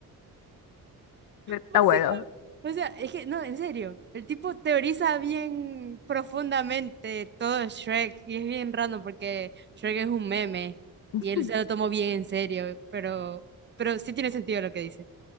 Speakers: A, on the left; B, on the right.
A: <laughs> está
B: Básicamente,
A: bueno.
B: o sea, es que, no, en serio, el tipo teoriza bien profundamente todo Shrek y es bien raro porque Shrek es un meme
A: <laughs>
B: y él se lo tomó bien en serio, pero, pero sí tiene sentido lo que dice.